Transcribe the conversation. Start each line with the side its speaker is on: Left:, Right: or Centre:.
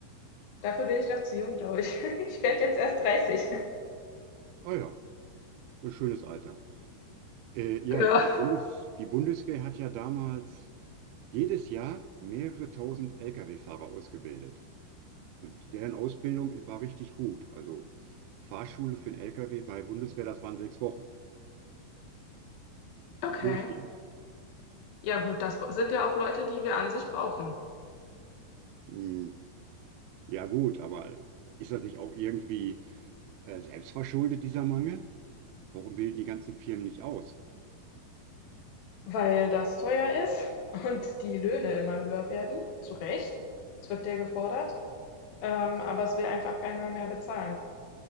Left: Dafür bin ich noch zu jung, glaube ich. <laughs> Ich werde jetzt erst 30.
Right: Ah ja, so ein schönes Alter. Äh, ja,
Left: Ja,
Right: die Bundes die Bundeswehr hat ja damals jedes Jahr mehrere tausend Lkw-Fahrer ausgebildet. Und deren Ausbildung war richtig gut. Also Fahrschule für den LKW bei Bundeswehr, das waren sechs Wochen.
Left: okay.
Right: Durchgehend.
Left: Ja gut, das sind ja auch Leute, die wir an sich brauchen.
Right: Hm, ja gut, aber ist das nicht auch irgendwie äh, selbstverschuldet, dieser Mangel? Warum bilden die ganzen Firmen nicht aus?
Left: Weil das teuer ist und die Löhne immer höher werden, zu Recht. Es wird dir gefordert, ähm, aber es will einfach keiner mehr bezahlen.